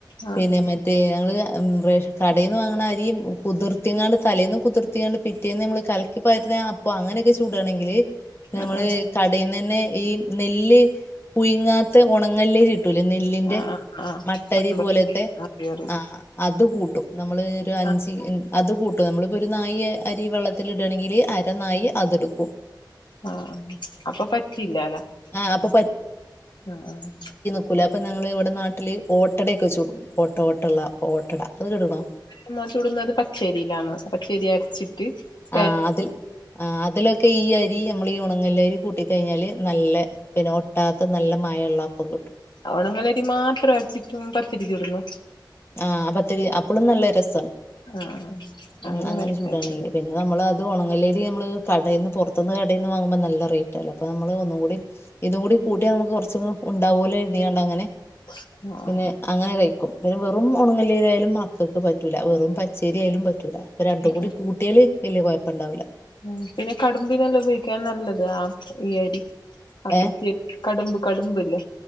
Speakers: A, on the left; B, on the left.
A: ആ
B: പിന്നെ മറ്റേ ഞങ്ങള് ആഹ് റേഷൻ കടീന്ന് വാങ്ങ്ണ അരിയും കുതിർത്തിങ്ങാണ്ട് തലേന്ന് കുതിർത്തിങ്ങാണ്ട് പിറ്റേന്ന് നമ്മള് കലക്കി പരുന്ന അപ്പൊ അങ്ങനെയൊക്കെ ചൂടണെങ്കില് നമ്മള്
A: ആ ആ
B: കടീന്നന്നെ ഈ നെല്ല് പുയ്ങ്ങാത്ത ഒണങ്ങല്ലേരിട്ടൂല്ലേ നെല്ലിന്റെ?
A: ആ ആ ആ
B: മട്ടരി
A: കമ്പം
B: പോലോത്തെ
A: അറിയും അറിയും
B: ആ അത് കൂട്ടും നമ്മള് ഒരു അഞ്ച്
A: ആ
B: ഉം അത് കൂട്ടും നമ്മളിപ്പോ ഒരു നായീ അരി വെള്ളത്തിലിടാണങ്കില് അര നായി അതെടുക്കും.
A: ആഹ് അപ്പൊ പറ്റില്ലാല്ലേ
B: ആ
A: ഉം
B: അപ്പൊ
A: ആഹ്
B: <unintelligible> ഞങ്ങളിവിടെ നാട്ടില് ഓട്ടടയൊക്കെ ചൂടും ഓട്ട ഓട്ടയുള്ള അപ്പം ഓട്ടട അത് കേട്ടുക്കണോ
A: നമ്മള് ചൂടുന്നത് പച്ചരിയിലാണ് പച്ചരി അരച്ചിട്ട് തേ
B: ആ അതിൽ ആ അതിലൊക്കെ ഈ അരി ഞമ്മളീ ഒണങ്ങലരി കൂട്ടിക്കഴിഞ്ഞാല് നല്ല പിന്നെ ഒട്ടാത്ത നല്ല മയവുള്ള അപ്പം കിട്ടും.
A: ഒണങ്ങല്ലരി മാത്രം അരച്ചിട്ടും പത്തിരി ചുടുന്നോ
B: ആഹ് ആ പത്തിരി അപ്പളും നല്ല രസാണ്.
A: ആഹ് ആഹ്
B: ഉം
A: അങ്ങനെ
B: ചൂടാണെങ്കില്
A: <unintelligible>
B: പിന്നെ അത് നമ്മളത് ഒണങ്ങല്ലരി നമ്മള് കടേന്ന് പൊറത്തെന്ന് കടേന്ന് വാങ്ങുമ്പോ നല്ല റേറ്റല്ലേ അപ്പൊ നമ്മള് ഒന്നും കൂടി ഇതുംകൂടി കൂട്ടിയാ നമുക്ക് കുറച്ചും ഉണ്ടാവോല്ലോ കരുതീങ്ങാണ്ടങ്ങനെ
A: ആ ആ
B: പിന്നെ
A: ആ
B: അങ്ങനെ കഴിക്കും. പിന്നെ വെറും ഒണങ്ങലരിയായാലും മക്കക്ക് പറ്റൂല്ല വെറും പച്ചരിയായാലും പറ്റൂല്ല അപ്പൊ രണ്ടും
A: ആ
B: കൂടി
A: ആ
B: കൂ യാല് വല്ല്യ കൊഴപ്പവുണ്ടാവില്ല
A: ഉം പിന്നെ കടുമ്പിനല്ലേ ഉപയോഗിക്കാൻ നല്ലത് ആഹ് ഈ അരി ആ
B: ഏ
A: കുത്തിയരി കടുമ്പ് കടുമ്പില്ലേ